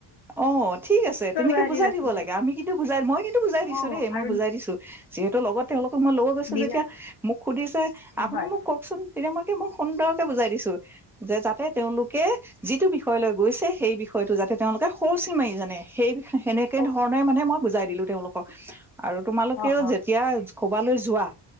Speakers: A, in the centre; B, on the left.
A: অ ঠিক আছে তেনেকে
B: গুৱাহাটীত
A: বুজাই
B: আছিলে
A: দিব লাগে আমি কিন্তু বুজাই মই কিন্তু বুজাই দিছো
B: অঁ
A: দেই মই
B: আৰু
A: বুজাই দিছো যিহেতু লগত তেওঁলোকক মই লগ গৈছো
B: নীলা
A: যেতিয়া মোক সুধিছে আপুনি
B: হয়
A: মোক কওকচোন তেতিয়া মই কি মোক সুন্দৰকে বুজাই দিছো যে যাতে তেওঁলোকে যিটো বিষয় লৈ গৈছে সেই বিষয়টো যাতে তেওঁলোকে সৰুচি মাৰিজানে সেই সেনেকে
B: অঁ
A: ধৰণে মানে মই বুজাই দিলো তেওঁলোকক ক আৰু তোমালোকেও
B: অঁ
A: যেতিয়া কবা লৈ যোৱা